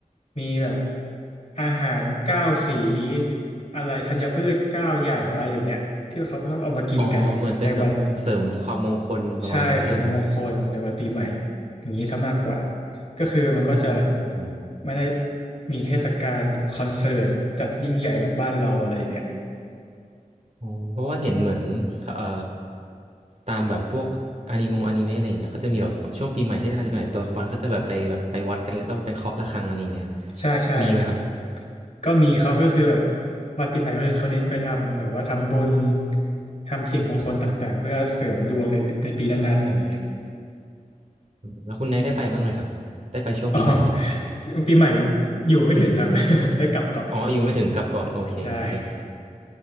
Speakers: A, on the left; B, on the right.
A: มีแบบอาหารเก้าสีอะไรธัญพืชเก้าอย่างอะไรอย่างเงี้ยที่เขาชอบเอามากินกันในวัน
B: อ๋อเหมือนเป็นแบบเสริมความมงคลประมาณนั้นใช่ไหมครับ
A: ใช่เสริมมงคลในวันปีใหม่อย่างนี้ซะมากกว่าก็คือมันก็จะ
B: โอ้
A: ไม่ได้มีเทศกาลคอนเสิร์ตจัดยิ่งใหญ่แบบบ้านเราอะไรอย่างเงี้ย
B: อ๋อเพราะว่าเห็นเหมือนเอ่อตามแบบพวกอนิมงอนิเมะอะไรอย่างเงี้ยเขาจะมีแบบช่วงปีใหม่เทศกาลปีใหม่ตัวละครก็จะแบบไปแบบไปวัดกันแล้วก็ไปเคาะระฆังอะไรอย่างเงี้ย
A: ใช่ใช่ครับ
B: มีไหมครับ
A: ก็มีเขาก็คือแบบวันปีใหม่ก็คือเขาเน้นไปทำแบบว่าทำบุญทำสิ่งมงคลต่างๆเพื่อเสริมดวงในในปีนั้นๆอย่างเงี้ย
B: แล้วคุณนายได้ไปบ้างไหมครับได้ไปช่วงปีใหม่ไหม
A: <laughs> อ๋อปีใหม่อยู่ไม่ถึงครับ <laughs> ได้กลับก่อน
B: อ๋ออยู่ไม่ถึงกลับก่อนโอเคโอเค
A: ใช่